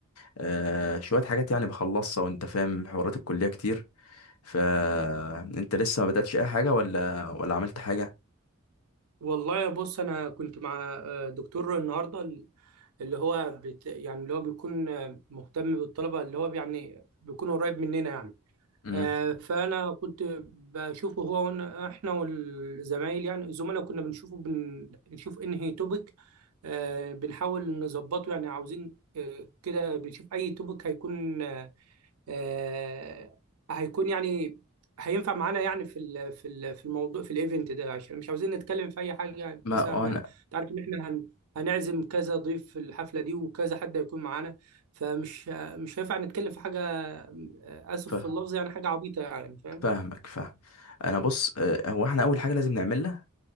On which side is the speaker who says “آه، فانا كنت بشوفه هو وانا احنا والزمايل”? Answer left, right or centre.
Right